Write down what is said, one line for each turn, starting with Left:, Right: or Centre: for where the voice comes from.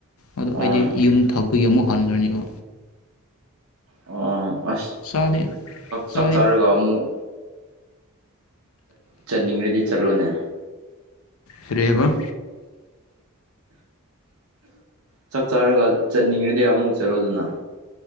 Left: ꯑꯗꯣ
Right: ꯑꯥ
Left: ꯑꯩꯗꯤ ꯌꯨꯝ ꯊꯄꯒꯤ ꯑꯃꯨꯛ ꯍꯟꯈ꯭ꯔꯅꯤꯕ
Right: ꯑꯣ ꯑꯁ
Left: ꯆꯥꯗꯤ
Right: ꯆꯞ
Left: ꯆꯥꯗꯤ
Right: ꯆꯥꯔꯒ ꯑꯃꯨꯛ ꯆꯠꯅꯤꯡꯂꯗꯤ ꯆꯠꯂꯣꯅꯦ
Left: ꯐꯔ ꯍꯦꯒꯣ
Right: ꯆꯥꯛ ꯆꯥꯔꯒ ꯆꯠꯅꯤꯡꯉꯗꯤ ꯑꯃꯨꯛ ꯆꯠꯂꯣꯗꯅ